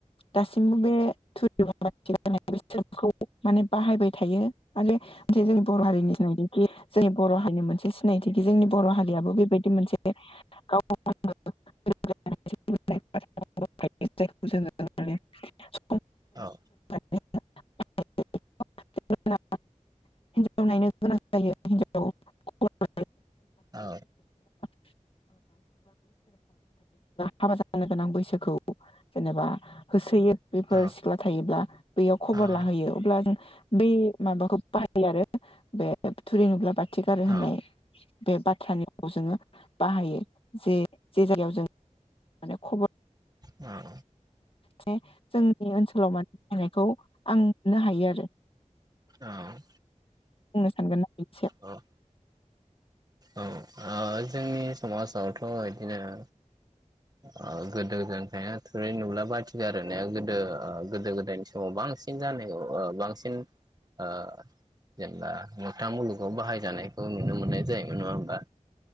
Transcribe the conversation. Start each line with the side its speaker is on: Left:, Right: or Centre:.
Left: दासिम बे <unintelligible> <unintelligible> बेसोरखौ माने बाहायबाय थायो। आरो जे जोंनि बर' हारिनि सिनायथिखि जोंनि बर' हारिनि मोनसे सिनायथिखि जोंनि बर' हारियाबो बेबायदि मोनसे <unintelligible>
Right: औ।
Left: <unintelligible> <unintelligible> हिनजाव नायनो गोनां जायो हिनजाव हौवा
Right: औ
Left: <unintelligible> हाबा जानो गोनां बैसोखौ जेनेबा होसोयो बेफोर
Right: औ
Left: सिख्ला थायोब्ला बैयाव खबर
Right: औ
Left: होयो अब्ला जों बे माबाखौ बाहायो आरो बे थुरि नुब्ला बा थि गारो
Right: औ
Left: होननाय
Right: औ
Left: बे बाथ्रानि खौ जोङो बाहायो। जे जे जायगायाव जों माने खबर
Right: औ।
Left: जे जोंनि ओनसोलाव माने रायनायखौ आं मोननो हायो आरो।
Right: औ।
Left: बुंनो सानगोन <unintelligible>
Right: अ' औ ओ जोंनि समाजावथ' इदिनो ओ गोदो गोदायनिफायनो थुरै नुब्ला बाथिगारो होननाया गोदो ओ गोदो गोदायनि समाव बांसिन जानाय नुयो बांसिन ओ जेनेबा मोगथां मुलुगाव बाहायजानायखौ नुनो मोननाय जायोमोन नङा होमबा